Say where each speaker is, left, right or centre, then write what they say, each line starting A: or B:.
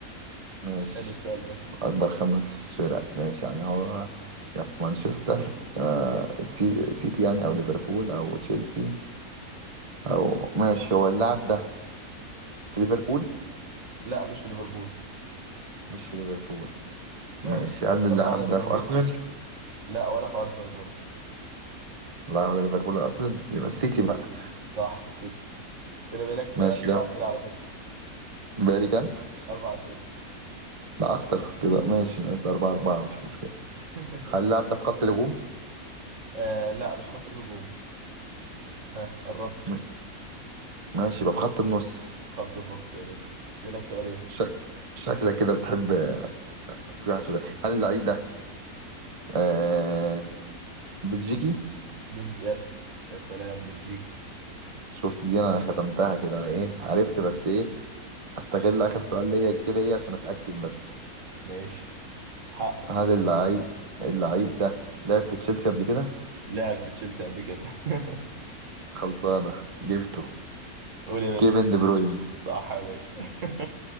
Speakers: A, on the right; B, on the right.
A: ماشي
B: حلو السؤال ده
A: أكبر خمس فرق ماشي يعني هو يا في مانشستر آه السي- سيتي يعني أو ليفربول أو تشيلسي أو ماشي هو اللاعب ده في ليفربول
B: لا مش في ليفربول
A: مش في ليفربول ماشي
B: اه
A: هل اللاعب
B: طلعنا ليفربول
A: ده في أرسنال؟
B: كده لا ولا في ارسنال برضه
A: لا ولا ليفربول ولا أرسنال يبقى السيتي بقى
B: صح في السيتي كده بيلك
A: ماشي
B: آه،
A: ده
B: اربع اسئله على فكره
A: بقالي كام؟
B: اربع اسئله
A: لا أكتر كده ماشي ناقص أربعة أربعة مش مشكلة
B: <laughs>
A: هل اللاعب ده في خط الهجوم؟
B: آه لا مش خط الهجوم ها قربت
A: م- ماشي يبقى في خط النص
B: خط النص يا باشا بيلك سؤالين
A: شك... شكلك كده بتحب في واحد في بالي هل اللعيب ده آه بلجيكي
B: بلجي يا س- يا سلام بلجيكا
A: شفت دي انا ختمتها كده انا ايه عرفت بس ايه هستغل اخر سؤال ليا كده ايه عشان اتاكد بس
B: ماشي حق
A: هل اللعيب اللعيب ده لعب في تشيلسي قبل كده
B: لعب في تشيلسي قبل كده <laughs>
A: خلصانه جبته
B: قول يا باشا
A: كيفن دي بروين
B: صح يا باشا <laughs>